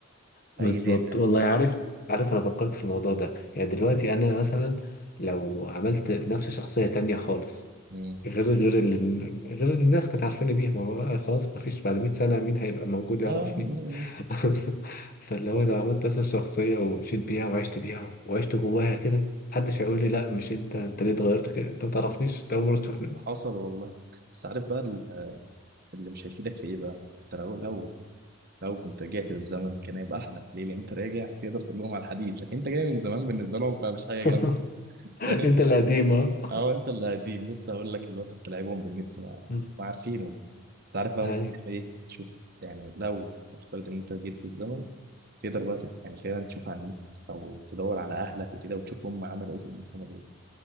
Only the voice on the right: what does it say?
في اي داتا
مم.
لا م- م.
والله
حصل
والله بس عارف بقى ال- اللي مش هيفيدك في ايه بقى انت لو لو لو كنت رجعت للزمن كان هيبقى احلى ليه لان انت راجع تقدر تقول لهم على الحديث لكن انت جاي من زمان بالنسبه لهم فمش حاجه
جامده فاهم
اه انت اللي قديم لسه هقول لك اللي هو انت بتلعبهم بالنت ما,
ما عارفينه بس عارف بقى
ممكن تعمل ايه تشوف يعني لو نفترض ان انت رجعت للزمن تقدر بقى تت- يعني فعلا تشوف على النت او تدور على اهلك وكده وتشوف هم عملوا ايه في السنه دول